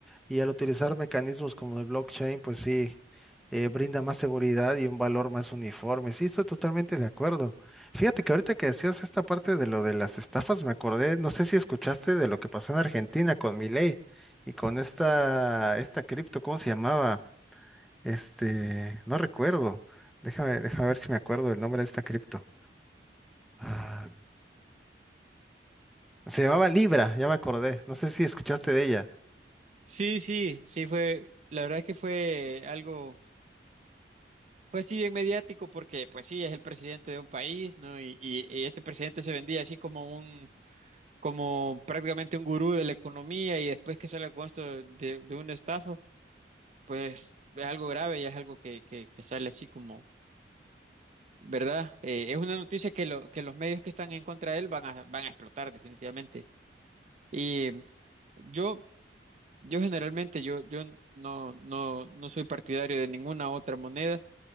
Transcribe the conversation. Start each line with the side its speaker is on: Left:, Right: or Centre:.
Centre: y al utilizar mecanismos como el blockchain, pues sí, eh, brinda más seguridad y un valor más uniforme. Sí, estoy totalmente de acuerdo. Fíjate que ahorita que decías esta parte de lo de las estafas, me acordé, no sé si escuchaste de lo que pasó en Argentina con Milei. Y con esta, esta cripto, ¿cómo se llamaba? Este, no recuerdo. Déjame, déjame ver si me acuerdo del nombre de esta cripto. Ah, se llamaba Libra, ya me acordé. No sé si escuchaste de ella.
Right: Sí, sí, sí fue, la verdad es que fue algo, fue así bien mediático porque pues sí, es el presidente de un país, ¿no? Y, y, y este presidente se vendía así como un como prácticamente un gurú de la economía y después que salga con esto de, de una estafa, pues es algo grave y es algo que, que, que sale así como, ¿verdad? Eh, es una noticia que, lo, que los medios que están en contra de él van a, van a explotar definitivamente. Y mm, yo, yo generalmente, yo, yo no, no, no soy partidario de ninguna otra moneda,